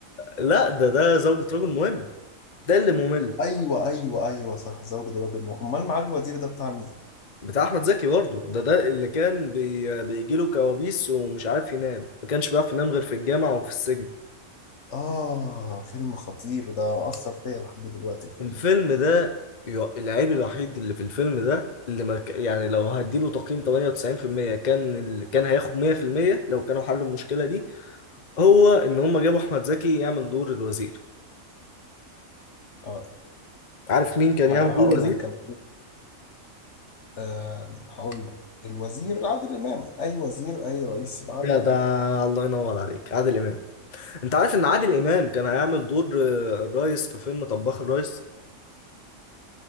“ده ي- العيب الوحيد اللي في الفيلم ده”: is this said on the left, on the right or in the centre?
Left